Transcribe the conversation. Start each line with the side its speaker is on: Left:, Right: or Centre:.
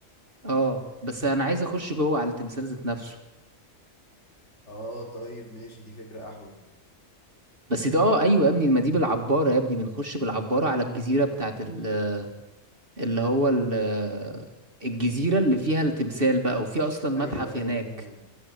Right: اه بس انا عايز اخش جوه على التمثال ذات نفسه
Left: اه طيب ماشي دي فكره احلى
Right: بس ده اه ايوه يا ابني ما دي بالعباره يا ابني بنخش بالعباره على الجزيره بتاعت ال- اللي هو ال- الجزيره اللي فيها التمثال بقى وفي اصلا
Left: ايوه
Right: متحف
Left: ايوه
Right: هناك
Left: فاهمك